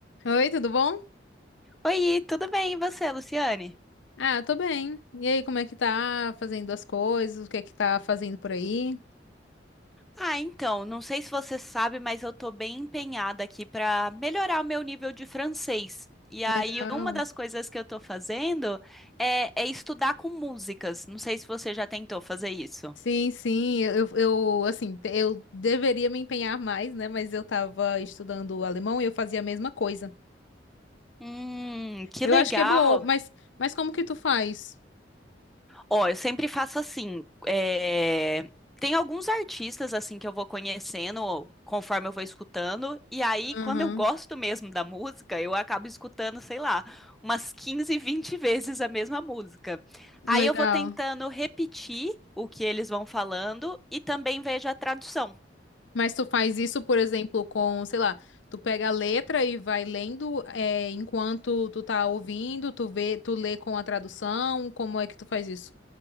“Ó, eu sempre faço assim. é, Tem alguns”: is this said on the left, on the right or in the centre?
Centre